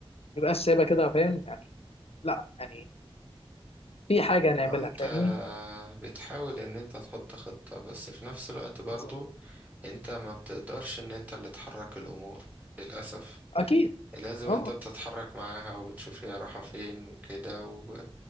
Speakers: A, on the left; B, on the right.
A: بيبقى سايبها كده فاهم يعني لا يعني في حاجه هنعملها
B: هو انت
A: فاهمني
B: بتحاول ان انت تحط خطة بس في نفس الوقت برضو
A: بالظبط
B: انت ما بتقدرش ان انت اللي تحرك الامور للأسف
A: اكيد
B: لازم
A: اه
B: انت بتتحرك معاها وبتشوف هي رايحة فين وكده و...